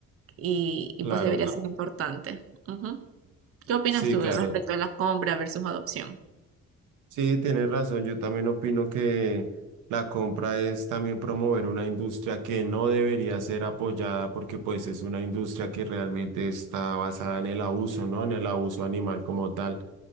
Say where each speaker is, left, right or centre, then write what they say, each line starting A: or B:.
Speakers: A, on the right; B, on the right.
A: y, y
B: Claro,
A: pues debería ser importante. Ujú. ¿Qué opinas
B: sí,
A: tú
B: claro.
A: respecto a la compra versus adopción?
B: Sí, tienes razón. Yo también opino que la compra es también promover una industria que no debería ser apoyada porque pues es una industria que realmente está basada en el abuso, ¿no? En el abuso animal como tal.